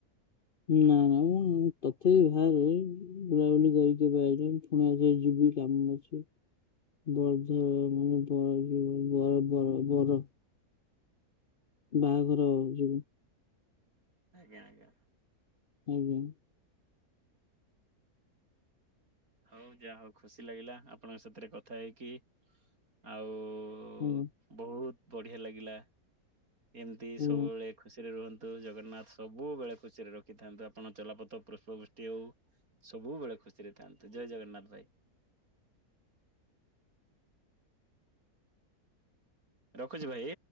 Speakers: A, on the left (about 45°); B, on the right (about 65°).
A: ନା ନା ମୁଁ ତଥାପି ଭାରେ। ଉଁ ବୁଲାବୁଲି କରି କି ଏବେ ଆଇଲି ପୁଣି ଆଉ ଥରେ ଯିବି କାମ ଅଛି। ବରଧରା ମାନେ ବର ଯୋଉ ବର-ବର-ବର। ବାହାଘର ହବ ଯିବୁ।
B: ଆଜ୍ଞା ଆଜ୍ଞା।
A: ଆଜ୍ଞା।
B: ହଉ ଯାହା ହଉ ଖୁସି ଲାଗିଲା ଆପଣଙ୍କ ସାଥିରେ କଥା ହେଇକି। ଆଉ ଉ
A: ଆଜ୍ଞା
B: ବହୁତ ବଢିଆ ଲାଗିଲା। ଏମିତି
A: ଆଜ୍ଞା।
B: ସବୁବେଳେ ଖୁସିରେ ରୁହନ୍ତୁ, ଜଗନ୍ନାଥ ସବୁବେଳେ ଖୁସିରେ ରଖିଥାନ୍ତୁ। ଆପଣ ଚଲାପଥ ପୁଷ୍ପ ବୃଷ୍ଟି ହଉ। ସବୁବେଳେ ଖୁସିରେ ଥାନ୍ତୁ। ଜୟ ଜଗନ୍ନାଥ ଭାଇ। ରଖୁଚି ଭାଇ?